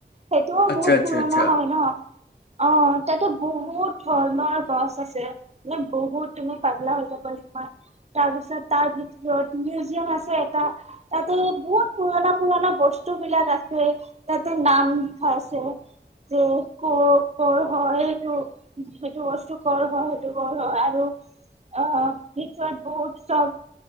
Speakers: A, on the right; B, on the left.
A: সেইটোও
B: আচ্ছা
A: বহুত
B: আচ্ছা
A: পুৰণা
B: আচ্ছা
A: হয় ন। অ', তাতে বহুত ধৰণৰ গছ আছে মানে বহুত তুমি পাগলা হৈ ত তাৰপিছত তাৰ ভিতৰত মিউজিয়াম আছে, এটা তাতে বহুত পুৰণা পুৰণা বস্তু বিলাক আছে তাতে নাম লিখা আছে যে ক কৰ হয় সেইটো সেইটো বস্তু কৰ হয় সেইটো কৰ হয় আৰু অ', অ', পিছত বহুত চব